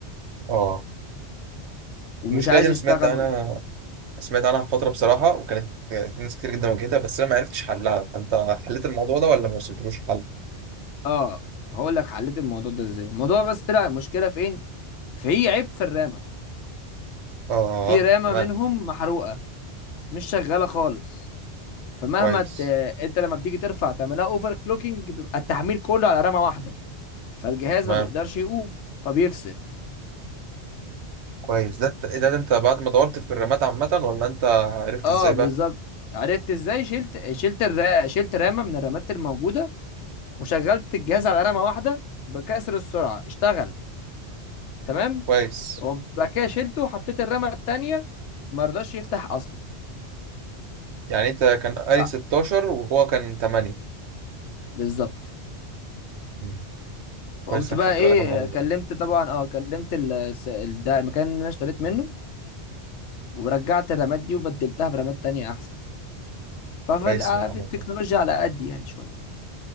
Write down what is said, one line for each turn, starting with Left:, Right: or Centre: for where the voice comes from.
Right: اه
Left: ومش
Right: المشكله
Left: عايز
Right: دي انا
Left: يشتغل
Right: سمعت عنها سمعت عنها في فترة بصراحة وكانت في ناس كتير جدا واجهتها بس أنا ما عرفتش حلها فأنت حليت الموضوع ده ولا ما وصلتلوش الحل؟
Left: اه هقول لك حليت الموضوع ده ازاي الموضوع بس طلع المشكله فين في عيب في الرامه
Right: آه
Left: في رامه
Right: تمام
Left: منهم محروقه مش شغاله خالص فمهما
Right: كويس
Left: ت... انت لما بتيجي ترفع تعملها اوفر كلوكينج بيبقى التحميل كله على رامه واحده فالجهاز
Right: تمام
Left: ما بيقدرش يقوم فبيفصل
Right: كويس ده أنت- إيه ده أنت بعد ما دورت في الرمات عامة ولا أنت عرفت
Left: اه
Right: إزاي
Left: بالظبط
Right: بقى؟
Left: عرفت ازاي شلت شلت الرا... شلت رامه من الرامات الموجوده وشغلت الجهاز على رامه واحده بكسر السرعه اشتغل تمام
Right: كويس
Left: وقمت بعد كده شلته وحطيت الرامه التانيه ما رضاش يفتح اصلا
Right: يعني أنت كان قاري
Left: ف-
Right: 16 وهو كان 8
Left: بالظبط
Right: مم. كويس
Left: فقمت
Right: إنك
Left: بقى
Right: خدت
Left: ايه
Right: بالك من الموضوع
Left: كلمت
Right: ده
Left: طبعا اه كلمت ال... الس- ال- ده المكان اللي انا اشتريت منه ورجعت الرامات دي وبدلتها برامات تانية احسن ففي
Right: كويس
Left: ال-
Right: إنك عملت
Left: في التكنولوجيا
Right: كده
Left: على قد يعني شويه